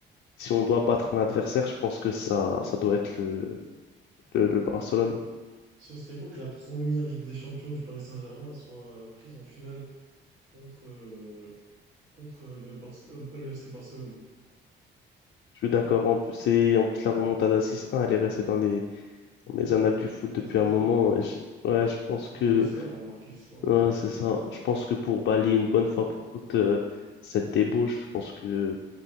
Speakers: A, on the left; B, on the right.
A: si on doit battre un adversaire, je pense que ça, ça doit être le le, le Barcelone.
B: Ce serait beau que la première Ligue des Champions du Paris Saint-Germain soit prise en finale contre, euh, contre le, Barce- euh, le FC Barcelone.
A: Je suis d'accord. En plus, c'est, en plus, la remontada 6-1, elle est restée dans les, dans les annales du foot
B: Dans
A: depuis
B: les annales,
A: un moment. Et je, ouais, je pense
B: elle a marqué
A: que
B: l'histoire, elle a marqué l'histoire.
A: ouais, c'est ça. Je pense que pour balayer une bonne fois pour toutes euh, cette débauche, je pense que